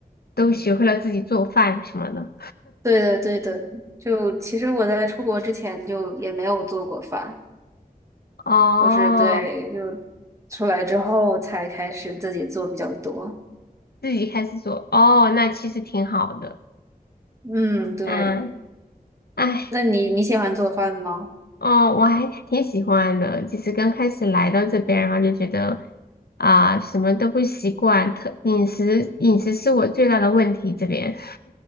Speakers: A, on the left; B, on the right.
A: 都学会了自己做饭什么的。
B: 对的，对的，就其实我在出国之前就也没有做过饭，
A: 哦，
B: 我是对，就出来之后才开始自己做比较多。
A: 自己开始做，哦，那其实挺好的。
B: 嗯，对。
A: 嗯，哎，
B: 那你你喜欢做饭吗？
A: 哦，我还挺喜欢的。就是刚开始来到这边，然后就觉得啊、什么都不习惯，特饮食饮食是我最大的问题这边。